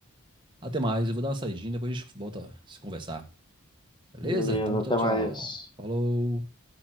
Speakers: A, on the right (about 20°); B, on the left (about 20°).
A: Até mais, eu vou dar uma saidinha, depois a gente volta a se conversar, beleza?
B: Beleza,
A: Então tchau,
B: até
A: tchau.
B: mais.
A: Falou.